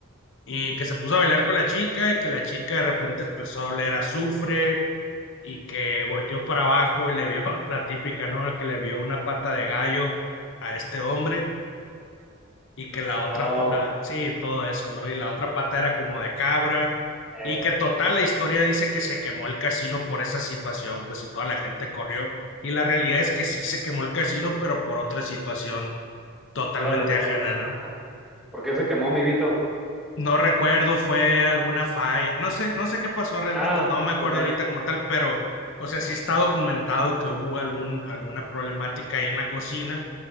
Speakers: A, on the left (about 60°); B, in the centre.
A: Y que se puso a bailar con la chica y que la chica de repente empezó a oler a azufre y que volteó para abajo y le vio <laughs> la típica, ¿no? Que le vio una pata de gallo a este hombre y que la otra,
B: Oh,
A: pa- la, sí, todo eso, ¿no? Y la otra pata era
B: ah,
A: como de cabra,
B: eh,
A: y que total la historia dice que se quemó el casino por esa situación, pues y toda la gente corrió, y la realidad es que sí se quemó el casino, pero por otra situación totalmente
B: órale, ¿por,
A: ajena, ¿no?
B: ajá, ¿por qué se quemó mi Vito?
A: No recuerdo, fue alguna falla, no sé, no sé qué pasó realmente,
B: Ah,
A: no me acuerdo
B: ok. Ah,
A: ahorita como tal, pero, o sea, sí está documentado que hubo algún, alguna problemática ahí en la cocina